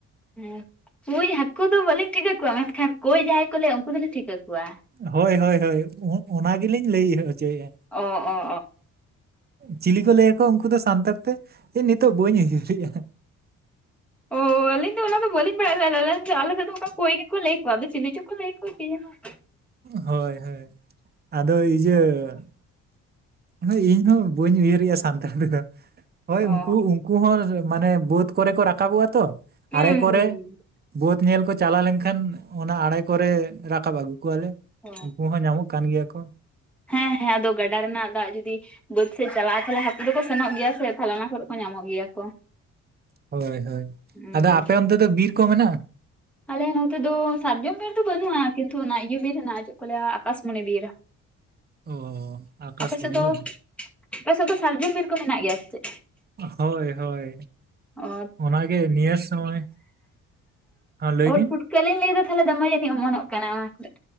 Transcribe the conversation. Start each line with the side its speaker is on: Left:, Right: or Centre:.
Centre: ᱦᱮᱸ ᱠᱳᱭ ᱦᱟᱹᱠᱩ ᱫᱚ ᱵᱟᱹᱞᱤᱧ ᱴᱷᱤᱠᱟᱹ ᱠᱚᱣᱟ ᱢᱮᱱ ᱠᱷᱟᱱ ᱠᱳᱭ ᱡᱟᱦᱟᱸᱭ ᱠᱚ ᱞᱟᱹᱭᱟ ᱩᱱᱠᱩ ᱫᱚᱞᱤᱧ ᱴᱷᱤᱠᱟᱹ ᱠᱚᱣᱟ
Right: ᱦᱳᱭ ᱦᱳᱭ ᱦᱳᱭ ᱚᱸ ᱚᱱᱟ ᱜᱮᱞᱤᱧ ᱞᱟᱹᱭ ᱦᱚᱪᱚᱭᱮᱜᱼᱟ
Centre: ᱚᱻ ᱚᱻ
Right: ᱪᱤᱞᱤ ᱠᱚ ᱞᱟᱹᱭᱟ ᱠᱚᱣᱟ ᱩᱱᱠᱩ ᱫᱚ ᱥᱟᱱᱛᱟᱲ ᱛᱮ ᱱᱤᱛᱚᱜ ᱵᱟᱹᱧ ᱩᱭᱦᱟᱹᱨᱮᱜᱼᱟ
Centre: ᱚ ᱟᱹᱞᱤᱧ ᱫᱚ ᱚᱱᱟ ᱫᱚ ᱵᱟᱹᱞᱤᱧ ᱵᱟᱲᱟᱭ ᱟᱞᱤᱧ ᱫᱚ ᱚᱱᱟ ᱫᱚ ᱵᱟᱹᱞᱤᱧ <unintelligible> ᱚᱱᱠᱟ ᱠᱳᱭ ᱜᱮᱠᱚ ᱞᱟᱹᱭ ᱠᱚᱣᱟ ᱟᱫᱚ ᱪᱮᱞᱮ ᱪᱚᱠᱚ ᱞᱟᱹᱭ ᱠᱚᱣᱟ ᱠᱤ ᱡᱟᱱᱤ
Right: ᱦᱳᱭ ᱦᱳᱭ ᱟᱫᱚ ᱤᱡᱟᱹ ᱦᱳᱭ ᱤᱧ ᱦᱚᱸ ᱵᱟᱹᱧ ᱩᱭᱦᱟᱹᱨᱮᱜᱼᱟ ᱥᱟᱱᱛᱟᱲ ᱛᱮᱫᱚ
Centre: ᱚ
Right: ᱦᱳᱭ ᱩᱱᱠᱩ ᱩᱱ ᱩᱱᱠᱩ ᱦᱚᱸ ᱢᱟᱱᱮ ᱵᱟᱹᱫ ᱠᱚᱨᱮ ᱠᱚ ᱨᱟᱠᱟᱵᱚᱜᱼᱟ ᱛᱚ
Centre: ᱦᱩᱸ
Right: ᱟᱨᱮ
Centre: ᱦᱩᱸ
Right: ᱠᱚᱨᱮ ᱵᱟᱹᱫ ᱧᱮᱞ ᱠᱚ ᱪᱟᱞᱟᱣ ᱞᱮᱱ ᱠᱷᱟᱱ ᱚᱱᱟ ᱟᱲᱮ ᱠᱚᱨᱮ ᱨᱟᱠᱟᱵ ᱟᱹᱜᱩ ᱠᱚᱣᱟ ᱞᱮ
Centre: ᱚ
Right: ᱩᱱᱠᱩ ᱦᱚᱸ ᱧᱟᱢᱚᱜ ᱠᱟᱱ ᱜᱮᱭᱟ ᱠᱚ
Centre: ᱦᱮᱸ ᱦᱮᱸ ᱟᱫᱚ ᱜᱟᱰᱟ ᱨᱮᱱᱟᱜ ᱫᱟᱜ ᱡᱩᱫᱤ ᱵᱟᱹᱫᱽ ᱥᱮᱡ ᱪᱟᱞᱟᱜᱼᱟ ᱛᱟᱦᱚᱞᱮ ᱦᱟᱹᱠᱩ ᱫᱚᱠᱚ ᱥᱮᱱᱚᱜ ᱜᱮᱭᱟ ᱥᱮ ᱛᱟᱦᱞᱮ ᱚᱱᱟ ᱠᱚᱨᱮ ᱠᱚ ᱧᱟᱢᱚᱜ ᱜᱮᱭᱟ ᱠᱚ
Right: ᱦᱳᱭ ᱦᱳᱭ
Centre: ᱦᱩᱸ
Right: ᱟᱫᱚ ᱟᱯᱮ ᱚᱱᱛᱮ ᱫᱚ ᱵᱤᱨ ᱠᱚ ᱢᱮᱱᱟᱜᱼᱟ
Centre: ᱟᱞᱮ ᱱᱚᱛᱮ ᱫᱚ ᱥᱟᱨᱡᱚᱢ ᱵᱤᱨ ᱫᱚ ᱵᱟᱹᱱᱩᱜᱼᱟ ᱠᱤᱱᱛᱩ ᱚᱱᱟ ᱤᱭᱟᱹ ᱵᱤᱨ ᱦᱮᱱᱟᱜ ᱪᱮᱫ ᱠᱚ ᱞᱟᱹᱮᱭᱟ ᱟᱠᱟᱥᱢᱚᱱᱤ ᱵᱤᱨ
Right: ᱚ ᱟᱠᱟᱥᱢᱚᱱᱤ
Centre: ᱟᱯᱮ ᱥᱮᱫ ᱫᱚ
Right: ᱵᱟ
Centre: ᱟᱯᱮ ᱥᱮᱫ ᱫᱚ ᱥᱟᱨᱡᱚᱢ ᱵᱤᱨ ᱠᱚ ᱢᱮᱱᱟᱜ ᱜᱮᱭᱟ ᱥᱮ ᱪᱮᱫ
Right: ᱦᱳᱭ ᱦᱳᱭ
Centre: ᱚ
Right: ᱚᱱᱟᱜᱮ ᱱᱤᱭᱟᱹ ᱥᱚᱢᱚᱭ ᱦᱮᱸ ᱞᱟᱹᱭ
Centre: ᱩᱫ
Right: ᱵᱤᱱ
Centre: ᱯᱷᱩᱴᱠᱟᱹ ᱞᱤᱧ ᱞᱟᱹᱭᱫᱟ ᱛᱟᱞᱦᱮ ᱫᱚᱢᱮ ᱡᱟᱹᱱᱤᱡ ᱢᱚᱱᱚᱜ ᱠᱟᱱᱟ ᱚᱱᱟ ᱠᱚᱨᱮᱫ